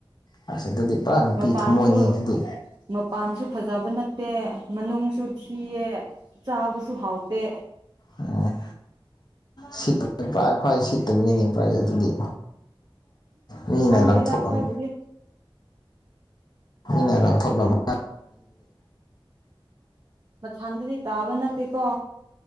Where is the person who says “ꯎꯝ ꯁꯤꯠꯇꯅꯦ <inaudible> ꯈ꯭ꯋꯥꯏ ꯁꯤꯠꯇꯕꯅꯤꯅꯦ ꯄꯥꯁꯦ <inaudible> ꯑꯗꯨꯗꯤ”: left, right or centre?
Left